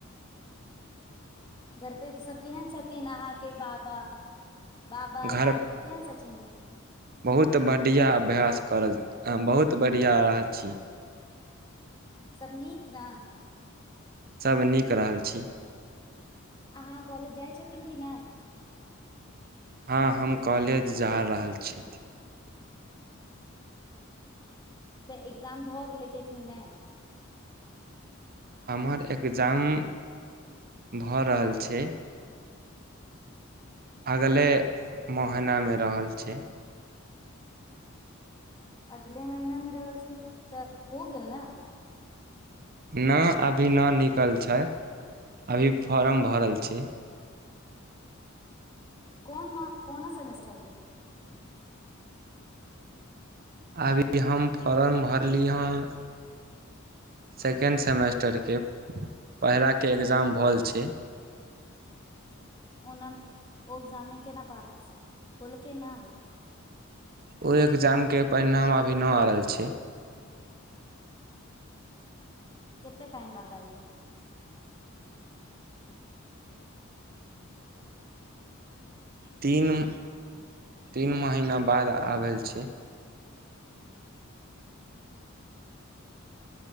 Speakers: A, on the left; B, on the right.
A: घर पे सब केहन छथिन अहाके बाबा बाबा
B: घर
A: दादी केहन सछिन
B: बहुत बढ़िआँ अभ्यास करल बहुत बढ़िआँ रहल छी
A: सब नीक न
B: सब नीक रहल छी
A: अहाँ कॉलेज जाइ छथिन कि नय
B: हँ हम कॉलेज जा रहल छी
A: तऽ एग्जाम भऽ गेलै कि एखनी नय
B: हमर एग्जाम भऽ रहल छै अगले मह नामे रहल छी
A: अगले महिना मे रहल छै तऽ हो गेल ने
B: नऽ अभी नऽ निकल छै अभी फॉर्म भरल छै
A: कोन न कोनो सेमेस्टर के
B: अभी हम फोर्म भरली हँ सेकेण्ड सेमेस्टर के पहिला के एग्जाम भल छै
A: ओनम ओ एग्जाम मे केना पास केलकै न
B: ओ एग्जाम के परिणाम अभी न आ रहल छै
A: केते टाइम बाद आइ
B: तीन तीन महिना बाद आबलि छै